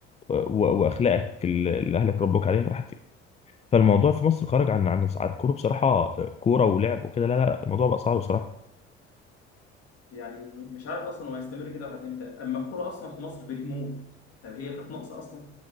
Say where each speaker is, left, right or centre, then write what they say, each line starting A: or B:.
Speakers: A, on the left (about 20°); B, on the left (about 45°).
A: و- و- واخلاقك اللي اللي اهلك ربوك عليها راحت فالموضوع في مصر خرج عن عن عن كوره بصراحه آه، كوره ولعب وكده لا لا الموضوع بقى صعب بصراحه
B: يعني م- مش عارف اصلا هو هيستمر كده لحد امتى اما الكرة اصلا في مصر بتموت طب هي كانت ناقصة اصلا